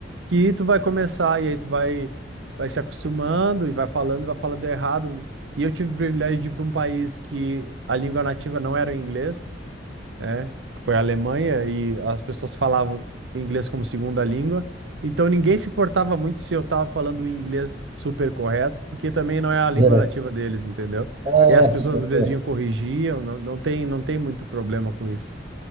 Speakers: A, on the right; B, on the right.
A: que tu vai começar, e aí tu vai, vai se acostumando e vai falando, vai falando errado. E eu tive o privilégio de ir para um país que a língua nativa não era o inglês é, que foi a Alemanha, e as pessoas falavam o inglês como segunda língua. Então ninguém se importava muito se eu estava falando o inglês super correto, porque também não é a língua
B: <laughs>
A: nativa deles, entendeu?
B: É, é,
A: E as pessoas
B: é,
A: às vezes vinham corrigiam, não, não tem, não tem muito problema com isso.